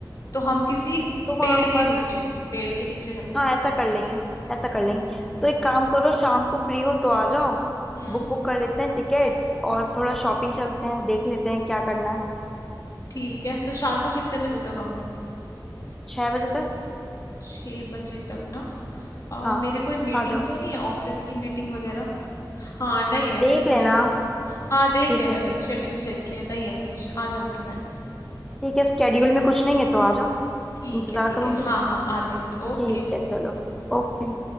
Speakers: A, on the left; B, in the centre.
A: तो हम किसी
B: तो वहां
A: पेड़ के
B: पर
A: नीचे पेड़ के नीचे रख देंगे
B: हाँ ऐसा कर लेंगे ऐसा कर लेंगे
A: हम्म।
B: तो एक काम करो शाम को फ्री हो तो आ जाओ
A: हम्म
B: बुक बुक कर लेते हैं टिकट्स और थोड़ा शॉपिंग चलते हैं देख लेते हैं क्या करना है
A: ठीक है तो शाम को कितने बजे तक आऊं?
B: छह बजे तक
A: छः बजे तक ना आ,
B: हाँ
A: मेरे कोई मीटिंग
B: आ जाओ
A: तो नहीं है ऑफिस की मीटिंग वगैरह हाँ नहीं है
B: देख
A: ठीक
B: लेना
A: है हाँ देख
B: ठीक
A: लिया मैंने
B: है
A: शेड्यूल चेक किया नहीं है कुछ आ जाऊंगी मैं
B: ठीक है स्केड्यूल में कुछ नहीं है तो आ जाओ
A: ठीक
B: इंतजार
A: है ठीक
B: करूंगी
A: है हाँ हाँ आती हूँ मैं ओके
B: ठीक है चलो ओके